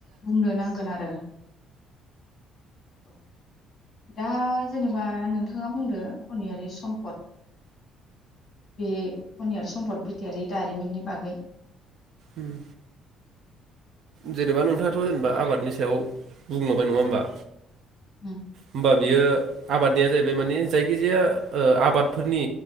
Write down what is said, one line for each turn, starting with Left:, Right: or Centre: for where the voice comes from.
Left: बुंनो नांगोन आरो। औ दा जेनेबा नोंथाङा बुंदो खनियारि सम्पद। बे खनियारि सम्पद बिथारि दारिमिननि बागै।
Right: ओम। जेनेबा नोंथाङाथ जेनेबा आबादनि सायाव बुंलांबाय नङा होमबा?
Left: ओम।
Right: होमबा बियो आबादनिया जाहैबाय माने जायखिजाया ओ आबादफोरनि